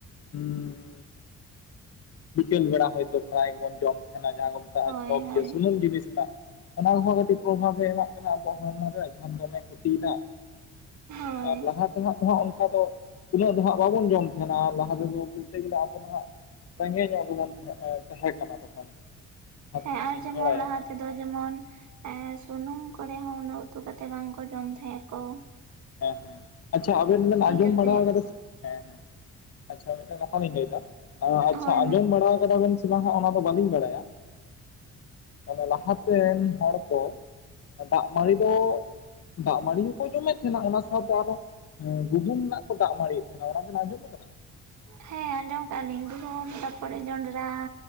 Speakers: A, on the left; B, on the right.
A: ᱦᱩᱸ ᱵᱤᱠᱮᱞ ᱵᱮᱲᱟ ᱦᱚᱭᱛᱳ ᱯᱨᱟᱭ ᱜᱮᱵᱚᱱ ᱡᱚᱢ ᱛᱟᱦᱮᱱᱟ ᱡᱟᱦᱟᱸ ᱠᱚ ᱢᱮᱛᱟᱜᱼᱟ,
B: ᱦᱳᱭ
A: ᱪᱚᱯ
B: ᱦᱳᱭ
A: ᱤᱭᱟᱹ ᱥᱩᱱᱩᱢ ᱡᱤᱱᱤᱥ ᱨᱮᱱᱟᱜ᱾ ᱚᱱᱟ ᱠᱚᱦᱚᱸ ᱠᱟᱹᱴᱤᱡ ᱯᱨᱚᱵᱷᱟᱵᱮ ᱮᱢᱟᱜ ᱠᱟᱱᱟ, ᱟᱵᱚᱣᱟᱜ ᱦᱚᱲᱢᱚ ᱨᱮ ᱡᱟᱦᱟᱸ ᱫᱚᱢᱮ ᱠᱷᱚᱛᱤᱭ ᱫᱟ᱾
B: ᱦᱳᱭ
A: ᱟᱨ ᱞᱟᱦᱟ ᱛᱮ ᱦᱟᱸᱜ ᱡᱟᱦᱟ ᱚᱱᱠᱟ ᱫᱚ ᱩᱱᱟᱹᱜ ᱫᱚ ᱦᱟᱸᱜ ᱵᱟᱵᱚᱱ ᱡᱚᱢ ᱛᱟᱦᱮᱱᱟ, ᱞᱟᱦᱟ ᱛᱮᱫᱚ ᱵᱚᱞᱛᱮ ᱜᱮᱞᱮ ᱟᱵᱚ ᱫᱚ ᱦᱟᱸᱜ ᱨᱮᱸᱜᱮ ᱧᱚᱜ ᱜᱮᱵᱚᱱ ᱛᱟᱦᱮᱸ, ᱛᱟᱦᱮᱸ ᱠᱟᱱᱟ ᱛᱚᱠᱷᱚᱱ᱾ ᱡᱟᱦᱟᱸ
B: ᱦᱮᱸ
A: ᱛᱤᱱᱟᱹᱜ
B: ᱟᱨ
A: ᱞᱤᱧ
B: ᱡᱮᱢᱚᱱ
A: ᱵᱟᱲᱟᱭᱟ
B: ᱞᱟᱦᱟ ᱛᱮᱫᱚ ᱡᱮᱢᱚᱱ ᱮᱸ ᱥᱩᱱᱩᱢ ᱠᱚᱨᱮ ᱦᱚᱸ, ᱩᱱᱟᱹᱜ ᱩᱛᱩ ᱠᱟᱛᱮᱜ ᱵᱟᱝ ᱠᱚ ᱡᱚᱢ ᱛᱟᱦᱮᱸ ᱠᱚ᱾
A: ᱦᱮᱸ ᱦᱮᱸ, ᱟᱪᱪᱷᱟ ᱟᱵᱮᱱ ᱵᱮᱱ ᱟᱸᱡᱚᱢ
B: ᱠᱟᱛᱮᱜ
A: ᱵᱟᱲᱟ ᱠᱟᱫᱟ ᱥᱮ? ᱦᱮᱸ ᱦᱮᱸ, ᱟᱪᱪᱷᱟ ᱢᱤᱫᱴᱟᱝ ᱠᱟᱛᱷᱟ ᱞᱤᱧ ᱞᱟᱹᱭ ᱫᱟ, ᱟᱪᱪᱷᱟ
B: ᱦᱳᱭ
A: ᱟᱸᱡᱚᱢ ᱵᱟᱲᱟ ᱟᱠᱟᱫᱟ ᱵᱮᱱ ᱥᱮ? ᱵᱟᱝ ᱚᱱᱟ ᱫᱚ ᱵᱟᱹᱞᱤᱧ ᱵᱟᱲᱟᱭᱟ, ᱢᱟᱱᱮ ᱞᱟᱦᱟᱛᱮᱱ ᱦᱚᱲ ᱠᱚ ᱫᱟᱜ ᱢᱟᱹᱲᱤ ᱫᱚ ᱫᱟᱜ ᱢᱟᱹᱲᱤ ᱜᱮᱠᱚ ᱡᱚᱢᱮᱫ ᱛᱟᱦᱮᱸᱱᱟ ᱚᱱᱟ ᱥᱟᱶᱛᱮ ᱟᱨᱚ, ᱜᱩᱦᱩᱢ ᱨᱮᱱᱟᱜ ᱠᱚ ᱫᱟᱜ ᱢᱲᱤᱭᱮᱫ ᱛᱟᱦᱮᱸᱱᱟ, ᱚᱱᱟ ᱵᱮᱱ ᱟᱸᱡᱚᱢ ᱠᱟᱫᱟ?
B: ᱦᱮᱸ ᱟᱸᱡᱚᱢ ᱠᱟᱜᱼᱟ ᱞᱤᱧ, ᱜᱩᱦᱩᱢ ᱛᱟᱯᱚᱨᱮ ᱡᱚᱱᱰᱨᱟ᱾